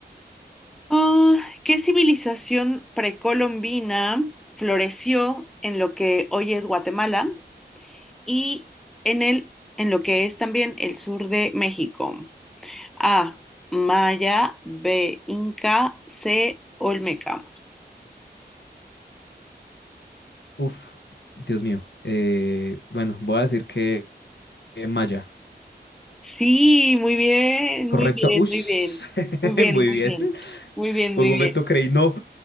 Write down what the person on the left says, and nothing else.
Uf, Dios mío. Eh, bueno, voy a decir que eh, Maya.
Correcto.
Ush.
<laughs>
Muy
bien.
Por
un
momento creí no.